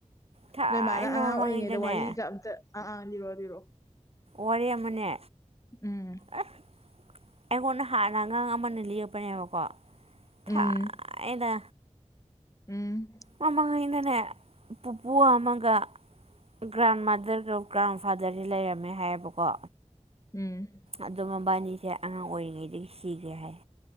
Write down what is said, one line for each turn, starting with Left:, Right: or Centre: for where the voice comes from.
Right: ꯊꯥꯏꯅ
Left: ꯅꯣꯏ ꯃꯥꯅ ꯑꯉꯥꯡ
Right: ꯃꯃꯥꯡꯉꯩꯗꯅꯦ
Left: ꯑꯣꯏꯔꯤꯉꯩꯗ ꯋꯥꯔꯤꯒ ꯑꯝꯇ ꯑꯥ ꯑꯥ ꯂꯤꯔꯣ ꯂꯤꯔꯣ
Right: ꯋꯔꯤ ꯑꯃꯅꯦ
Left: ꯎꯝ
Right: ꯑꯁ ꯑꯩꯉꯣꯟꯗ ꯍꯥꯟꯅ ꯑꯉꯥꯡ ꯑꯃꯅ ꯂꯤꯔꯛꯄꯅꯦꯕꯀꯣ ꯊꯥꯏꯅ
Left: ꯎꯝ ꯎꯝ
Right: ꯃꯃꯥꯡꯉꯩꯗꯅꯦ ꯄꯨꯄꯨ ꯑꯃꯒ ꯒ꯭ꯔꯥꯟ ꯃꯥꯗꯔꯒ ꯒ꯭ꯔꯥꯟ ꯐꯥꯗꯔꯒ ꯂꯩꯔꯝꯃꯦ ꯍꯥꯏꯌꯦꯕꯀꯣ
Left: ꯎꯝ
Right: ꯑꯗꯨ ꯃꯕꯥꯅꯤꯁꯦ ꯑꯉꯥꯡ ꯑꯣꯏꯔꯤꯉꯩꯗꯒꯤ ꯁꯤꯒ꯭ꯔꯦ ꯍꯥꯏ